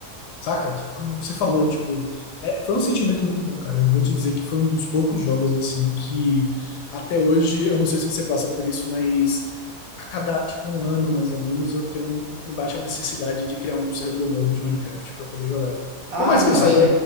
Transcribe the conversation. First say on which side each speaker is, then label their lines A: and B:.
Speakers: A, on the left; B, on the right.
A: Saca? Tipo, como você falou, tipo, é, foi um sentimento muito bom, cara. Eu vou te dizer que foi um dos poucos jogos assim que até hoje, eu não sei se você passa por isso, mas a cada tipo um ano mais ou menos eu tenho um- uma baixa necessidade de criar um servidor novo de Minecraft para poder jogar.
B: Ah,
A: Por mais
B: não,
A: que eu saiba,
B: eu já,